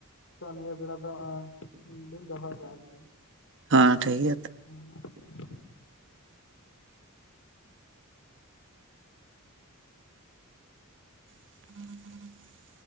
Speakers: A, on the left; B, on the right.
A: ᱛᱚ ᱱᱤᱭᱟᱹ ᱵᱮᱲᱟ ᱫᱚ ᱞᱤᱧ ᱫᱚᱦᱚᱭᱮᱫᱟ ᱟᱨᱠᱤ
B: ᱦᱮᱸ ᱴᱷᱤᱠ ᱜᱮᱭᱟ ᱛᱚ
A: ᱦᱩᱸ <unintelligible>
B: <unintelligible>